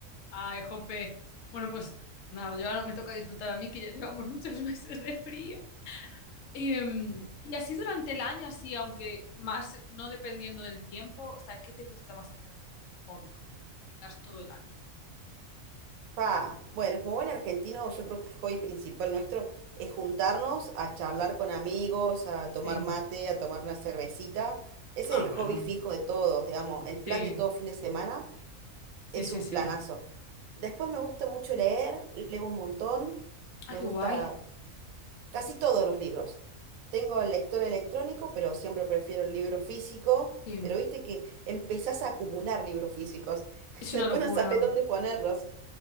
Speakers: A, on the left; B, on the right.
A: Ay, jope. Bueno, pues nada, yo ahora me toca disfrutar a mí, que ya llevamos muchos <laughs> meses de frío. Em, y así durante el año, así, aunque más no dependiendo del tiempo, o sea, ¿qué te gusta más hacer así como hobby, como cosa que tengas todo el año?
B: Pa, Bueno, como buen argentino, yo creo que el hobby principal nuestro es juntarnos a charlar con amigos, a tomar
A: Sí.
B: mate, a tomar una cervecita. Ese
A: Ah,
B: es el
A: bueno.
B: hobby fijo de todos, digamos, el
A: Sí,
B: plan de todo fin de semana
A: sí,
B: es
A: sí,
B: un
A: sí.
B: planazo. Después me gusta mucho leer, leo un montón,
A: Ah,
B: me
A: qué
B: gusta
A: guay.
B: casi todos los libros. Tengo el lector electrónico, pero siempre prefiero el libro físico,
A: Sí.
B: pero viste que empezás a acumular libros físicos, <laughs>
A: Es
B: después
A: una locura.
B: no sabes dónde ponerlos.